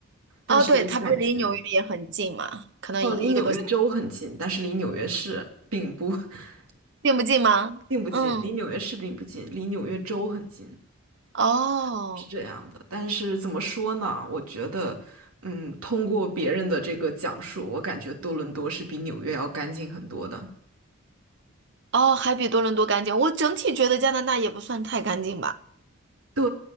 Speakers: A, on the right; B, on the right.
A: 但是我感觉，
B: 哦，对，它不是离纽约也很近嘛，可能一一个多小时，
A: 哦，离纽约州很近，但是离纽约市并不 <laughs>
B: 并不近吗？
A: 并不近，
B: 嗯。
A: 离纽约市并不近，离纽约州很近。
B: 哦
A: 是这样的，但是怎么说呢？我觉得，嗯，通过别人的这个讲述，我感觉多伦多是比纽约要干净很多的。
B: 哦，还比多伦多干净。我整体觉得加拿大也不算太干净吧。
A: 对，